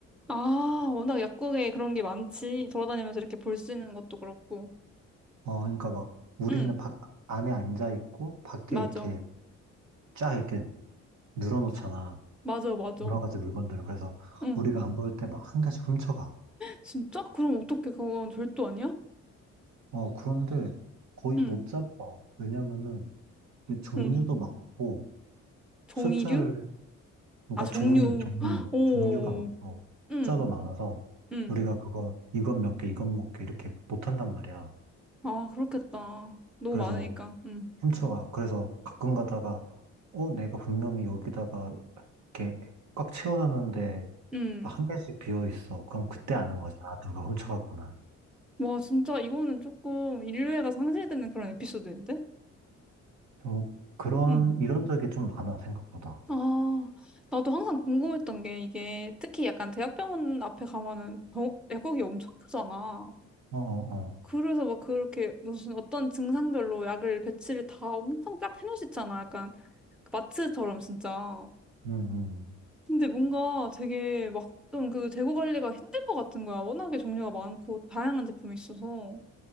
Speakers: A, in the centre; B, on the right.
A: 아, 워낙 약국에 그런 게 많지. 돌아다니면서 이렇게 볼 수 있는 것도 그렇고.
B: 어, 그러니까 막 우리는
A: 응,
B: 바- 안에 앉아 있고 밖에
A: 맞아.
B: 이렇게 쫙 이렇게 늘어놓잖아.
A: 맞아, 맞아.
B: 여러 가지 물건들을. 그래서
A: 응.
B: 우리가 안 볼 때 막 한 개씩 훔쳐가.
A: 진짜? 그럼 어떻게 그건 절도 아니야?
B: 어, 그런데 거의
A: 응,
B: 못 잡아. 왜냐면은 이게 종류도
A: 응.
B: 많고
A: 종이류?
B: 숫자를, 그러니까
A: 아, 종류.
B: 종류, 종류,
A: <gasps> 헉, 오,
B: 종류가 많고
A: 응,
B: 숫자도 많아서
A: 응.
B: 우리가 그거 이건 몇 개, 이건 몇 개 이렇게 못 한단 말이야.
A: 아, 그렇겠다. 너무
B: 그래서
A: 많으니까. 응,
B: 훔쳐가. 그래서 가끔 가다가 어, 내가 분명히 여기다가 이렇게 꽉 채워놨는데
A: 응.
B: 막 한 개씩 비어 있어. 그럼 그때 아는 거지. 아, 누가 훔쳐갔구나.
A: 와, 진짜 이거는 조금 인류애가 상실되는 그런 에피소드인데?
B: 좀 그런,
A: 응.
B: 이런 적이 좀 많아, 생각보다.
A: 아, 나도 항상 궁금했던 게 이게 특히 약간 대학병원 앞에 가면은 병- 약국이 엄청 크잖아.
B: 어, 어, 어.
A: 그래서 막 그렇게 무슨 어떤 증상별로 약을 배치를 다 엄청 딱 해놓으시잖아. 약간 그 마트처럼 진짜.
B: 응, 응.
A: 근데 뭔가 되게 막 좀 그 재고 관리가 힘들 것 같은 거야. 워낙에 종류가 많고 다양한 제품이 있어서.